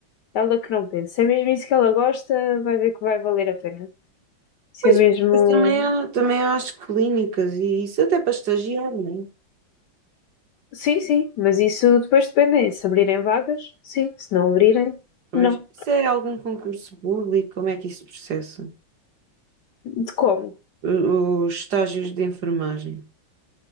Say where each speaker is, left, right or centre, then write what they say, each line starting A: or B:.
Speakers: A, on the left; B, on the right.
A: Ela que não pensa, se é mesmo isso que ela gosta, vai ver que vai valer a pena. Isso
B: pois,
A: é mesmo.
B: pois também há, também há as clínicas e isso até para estagiar, não é?
A: Sim, sim, mas isso depois depende. é Se abrirem vagas, sim. Se não abrirem,
B: Pois.
A: não.
B: Isso é algum concurso público? Como é que isso processa?
A: De como?
B: O- Os estágios de enfermagem.